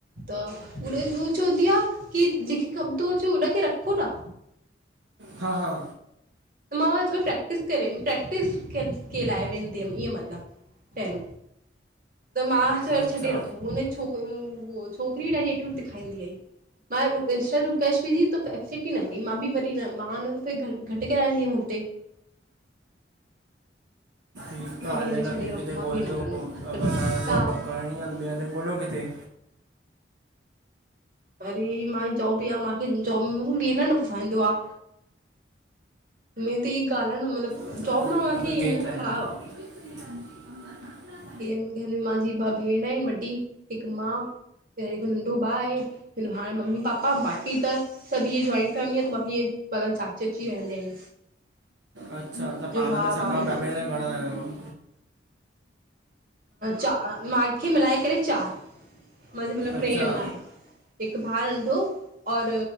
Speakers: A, on the right; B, on the right.
A: त हू, चवंदी आ, की जेंखे कम तो अचे, उनखे रखो ना।
B: हा हा
A: त मां वरी थोरो प्रैक्टिस करे प्रैक्टिस के लाइ वेंदी हम, ईंएं मतलब। टैन, त म अचण,
B: अच्छा
A: छॾे रखो, हुन छोक, ऊ ऊ छोकरी बि ॾाढी एटीट्यूट दिखांईंदी हई। मां इंस्टा जो कैश विधी, एफ सिटी न कई मां बि वरी न, मां न घर कराइंदी हम उते।
B: ठीक
A: मां
B: आ
A: बि
B: हले न,
A: छॾे
B: ॿे
A: रखो
B: किथे
A: मूंखे
B: ॻोलजो
A: न करिणो
B: अगर
A: आहे
B: तहांखे ॿे हंध जॉब
A: त
B: करणी आ त, ॿे हंध ॻोल्यो किथे।
A: वरी मां, जॉब बि आ माखे जॉब बि न पुसाईंदो आ। मेन त ई ॻाल्ह आ न, मतलब
B: अच्छा
A: जौब
B: पोइ
A: मां माखे
B: घर में
A: ई
B: केक
A: मूड ख़राब आ।
B: <inaudible>
A: घर में मांजी ॿ भेण एन वॾी, हिक मां, हिक नंढ़ो भा आहे। भा आहे, मम्मी पापा बाक़ी त सभ ई जॉइंट फैमिली आ त बाक़ी ईंएंं मतलब चाची वाची रहिंदा एन।
B: अच्छा त, पाण
A: भाउ
B: में सॻा
A: आहे
B: भा भेंण घणा आयो? <inaudible>
A: चार, माखे मिलाए करे चार। मांजो मत्लब ट्रे
B: अच्छा
A: अञा एन, हिक भा नंढ़ो और